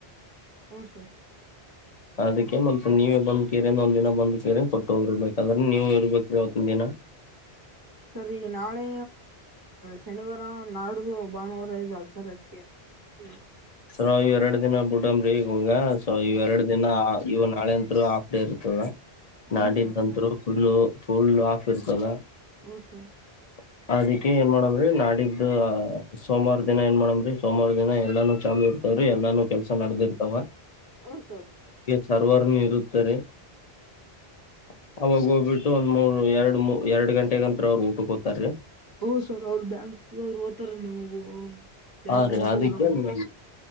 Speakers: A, on the right; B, on the left.
A: ಹಓ ಸರ್
B: ಅದಕ್ಕೆ ಮತ್ತೆ ನೀವೇ ಬಂದ್ ಕೀರಿಂದ ಒಂದ್ ದಿನ ಬಂದ್ಕೀರಿ ಕೊಟ್ಟ ಹೋಗಿರ್ಬೇಕ ಅದ್ರೆ ನೀವ ಇರ್ಬೇಕ್ರಿ ಹೊತ್ತಿನ ದಿನ
A: ಸರಿ ನಾಳೆ ಹಣ ನಾಡ್ದು ಭ ಬಾನುವಾರ ಐ್ ಅಲ್ಸರ್ ಐತ ೆ ಸ್ಮರಿ <inaudible>
B: ಸ ಈ ಎರಡ್ ದಿನ ಬಿಟಂಬ್ರಿ ಈಗಗ ಸೊ ಇವ್ರಡ್ ದಿನ ಇವವು ನಾಳೆ ಅಂತತ್ ಹಾಫ್ ಡೇೀ
A: ಹ್ಞೂ
B: ನಾಡಿದ್ದಂರು
A: ಸರ್
B: ಫುಲ್ಲು ಫುಲ್, ಆಫ್ ಇರ್ತದ.
A: ಹ್ಞೂ
B: <inaudible>
A: ಸರ್
B: ಅದಕ್ಕೆ, ಏನು, ಮಾಡೋದು? <inaudible> ರಿ, ನಾಲಿಧು, ಸೋಮವಾರ ದಿನ ಏನ್ ಮಾಡಮ್ರೀ, ಸೋಮವಾರ? <inaudible> ದಿನ, ಎಲ್ಲಾನು ಚಾಲೂ, ಇರ್ತವ್ರೀ ಎಲ್ಲಾನು ಕೆಲ್ಸ ನಡೆದಿರ್ತಾವ? <inaudible>
A: ಹಾ, ಸರ್. <inaudible>
B: ಸರ್ವರ್ನ, ಇರುತ್ತೆ, ರಿ. <inaudible> ಅವಾಗ, ಹೋಗ್ಬಿಟ್ಟು, ಒಂದು, ಮೂರು. <inaudible> ಎರಡು ಮೂ, ಎರಡ್ ಗಂಟೆಗಂತ್ರ ಅವ್ ಊಟಕ್ಕೆ ಹೋತಾರೀ. <inaudible>
A: ಹ್ಮ್ಮ್, ಸರ್, ಅವ್ರ ಬ್ಯಾಂಕ್ ಅವ್ರು, ಹೋಗುತ್ತಾರೆ, ನೀವು. <inaudible>
B: ಹಾ,
A: ಮ್ಯಾನೇಜರ್
B: ರೀ, ಅದಕ್ಕೆ.
A: ಅವರು
B: <unintelligible>